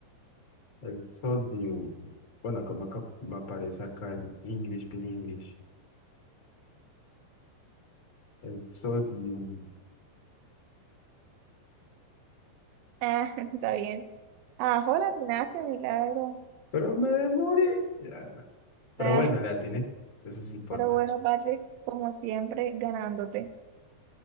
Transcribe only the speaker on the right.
Ah, <laughs> está bien. Ah, hola, atinaste, milagro.
Ah,
Pero bueno, Patrick, como siempre, ganándote.